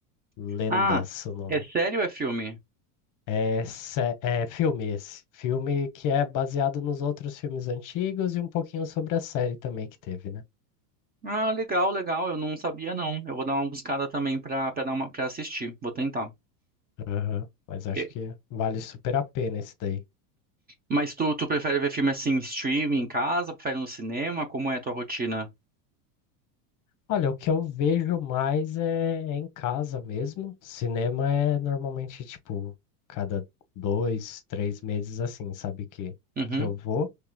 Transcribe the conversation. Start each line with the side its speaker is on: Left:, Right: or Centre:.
Left: Lendas,
Right: Ah,
Left: o nome.
Right: é sério ou é filme?
Left: É, sé- é filme esse. Filme que é baseado nos outros filmes antigos e um pouquinho sobre a série também que teve, né?
Right: Ah, legal, legal. Eu não sabia, não. Eu vou dar uma buscada também pra, pra dar uma, pra assistir. Vou tentar.
Left: Aham. Mas acho
Right: E-
Left: que vale super a pena esse daí.
Right: Mas tu, tu prefere ver filme assim, em streaming, em casa? Prefere no cinema? Como é a tua rotina?
Left: Olha, o que eu vejo mais é, é em casa mesmo. Cinema é normalmente, tipo, cada dois, três meses assim, sabe que,
Right: Uhum.
Left: que eu vou.